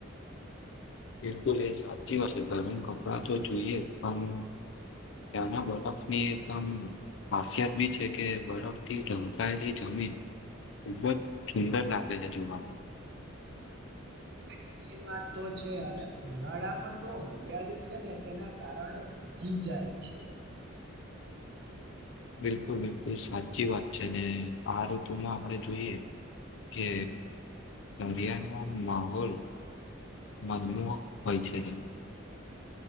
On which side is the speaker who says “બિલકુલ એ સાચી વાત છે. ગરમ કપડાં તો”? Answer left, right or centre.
Left